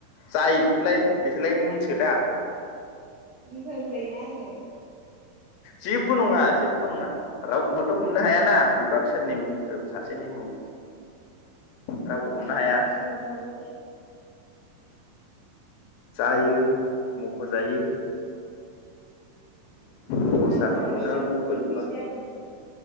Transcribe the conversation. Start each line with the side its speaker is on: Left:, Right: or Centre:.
Left: जायो बेफोरलाय बेसोरलाय मुंसो दा।
Right: मफ्रायाय बायना आङो <unintelligible>
Left: जेबो नङा जेबो नङा रावखौबोथ' हमनो हायाना बिबा बिसोरनि मुं सासेनि मुं रावबो। हमनो हाया
Right: थेवबाबो
Left: जायो मख'जायो। खरसाफोरखौनो
Right: माला जाल मैबाथ
Left: मख'योबा
Right: मै ज जादों।